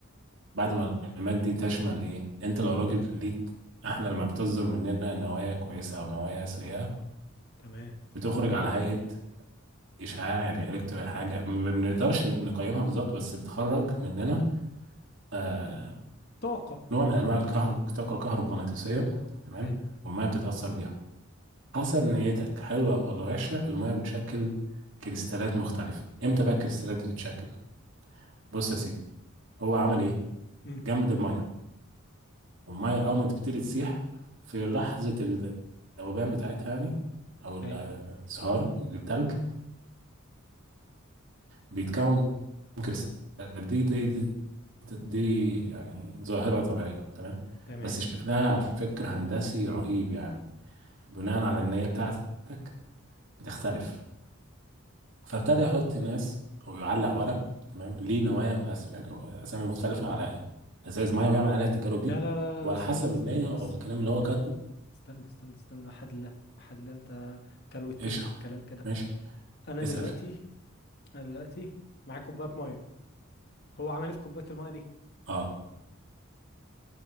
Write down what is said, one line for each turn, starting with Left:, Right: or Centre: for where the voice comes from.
Right: بعد ما المعلومات دي تشمل إيه أنت لو راجل ليك إحنا لما بتصدر مننا نوايا كويسة أو نوايا سيئة
Left: تمام
Right: بتخرج على هيئة إشعاع يعني إلكترو حاجة ما بنقدرش نقيمها بالظبط بس بتخرج مننا آه
Left: طاقة
Right: نوع من أنواع الكهر الطاقة الكهرومغناطيسية تمام
Left: حلو
Right: والمية بتتأثر بيها حسب نيتك حلوة ولا وحشة المية بتشكل كريستالات مختلفة امتى بقى الكريستالات دي تتشكل بص يا سيدي هو عمل ايه
Left: امم
Right: جمد المية والمية اول ما تبتدي تسيح في لحظة الذوبان بتاعتها يعني او الانصهار
Left: ايوه
Right: التلج بيتكون كريستالات دي دي, دي دي يعني ظاهرة طبيعية تمام
Left: تمام
Right: بس شكلها على فكرة هندسي رهيب يعني بناء على النية بتاعتك بتختلف فابتدى يحط ناس او يعلق ورق تمام ليه نوايا واسم يعني اسامي مختلفه على ازايز ميه ويعمل عليها التجارب دي
Left: لا لا لا
Right: وعلى
Left: لا استنى
Right: حسب
Left: استنى
Right: النيه
Left: بس
Right: او الكلام
Left: استنى
Right: اللي هو كاتبه
Left: استنى استنى استنى وحد لا وحد لا انت كروتني
Right: اشرب
Left: في الكلام كده
Right: ماشي
Left: انا
Right: اسال
Left: دلوقتي انا دلوقتي معايا كوباية مية هو عمل ايه في كوباية المية دي
Right: اه